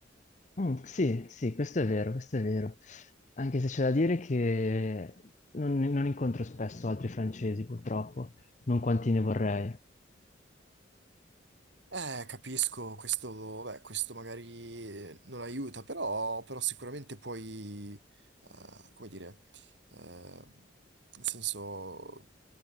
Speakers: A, on the left (about 40°); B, on the right (about 70°).
A: Mm, sì, sì, questo è vero, questo è vero. Anche se c'è da dire che non, non incontro spesso altri francesi, purtroppo, non quanti ne vorrei.
B: Eh, capisco, questo, beh, questo magari eh, non aiuta, però, però sicuramente puoi, eh, come dire, eh, nel senso,